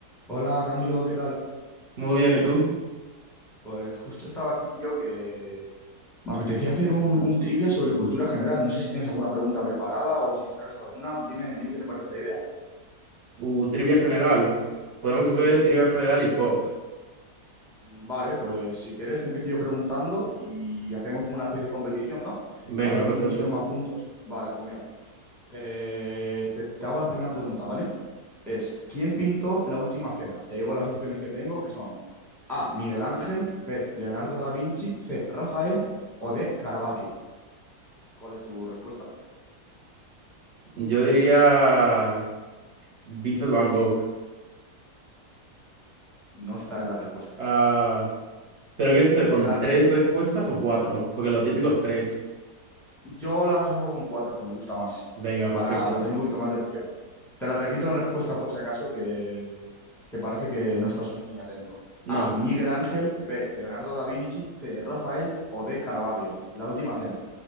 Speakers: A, in the centre; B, on the right.
A: Hola Camilo, ¿qué tal?
B: Muy bien, ¿y tú?
A: Pues justo estaba aquí, tío, que me apetecía hacer un, un trivia sobre cultura general. No sé si tienes alguna pregunta preparada o si sabes alguna. Dime, dime qué te parece la idea.
B: Uh, trivia general. Podemos hacer
A: Sí.
B: trivia general y pop.
A: Vale, pues si quieres te empiezo yo preguntando y hacemos como una especie de competición, ¿no?
B: Venga,
A: A ver
B: perfecto.
A: quién consigue más puntos. Vale, pues mira, eh, te, te hago la primera pregunta, ¿vale? Es, ¿quién pintó la última cena? Te digo las opciones que tengo, que son A, Miguel Ángel, B, Leonardo da Vinci, C, Rafael o D, Caravaggio. ¿Cuál es tu respuesta?
B: Yo diría Vincent Van Gogh.
A: No está en las respuestas.
B: Ah, ¿pero quieres hacer con
A: Te la-
B: tres respuestas o cuatro? Porque lo típico es tres.
A: Yo las hago con cuatro, que me gusta más,
B: Venga,
A: para
B: perfecto.
A: meterle un poquito más de emoción. Te las repito las respuestas por si acaso, que, que parece que no estás muy atento.
B: No,
A: A. Miguel Ángel. B. Leonardo da Vinci. C. Rafael. O D. Caravaggio. La última cena.